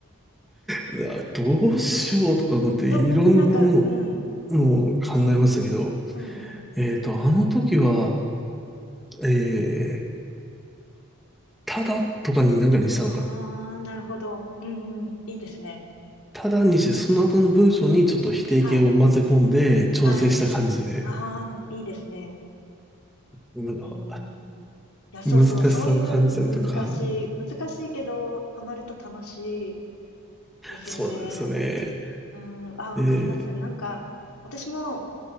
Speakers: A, in the centre; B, on the left.
A: うわどうしようとか思っていろんなも
B: ど、なんか、うん、
A: のを考えましたけど、
B: うん。
A: えっと、あの時は、えー、ただとかになんかにしたのかな。
B: ああ、なるほど。うん、うん。いいですね。
A: ただにして、
B: うん。
A: その後の文章にちょっと否定形を混ぜ込んで調整した感じで、
B: はい。はい。ああ、いいですね。
A: なんか
B: うん。いや、そうそう、
A: 難しさを感じたりとか、
B: そういう、うん、難しい、難しいけど、ハマると楽しいですよね。
A: そうなんですよね。
B: うん。ああ、
A: で、
B: わかります。なんか、私も、